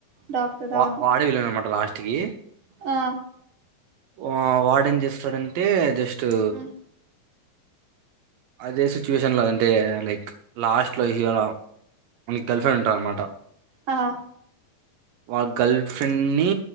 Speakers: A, on the right (about 50°); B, on the right (about 75°).
A: డాక్టర్
B: వా
A: అవును
B: వాడే విలునన్ను మాటలా టికి
A: ఆ
B: ఆ వాడేం చేస్తాడంటే జస్ట్ ట
A: ఉమ్
B: అదే సిచ్యువేషన్ లో అంటే లైక్ లాస్ట్ లో హీరో గర్ల్ ఫ్రెండ్ ఉంటది అనమాట.
A: ఆ
B: వాళ్ళ గర్ల్ ఫ్రెండ్ ని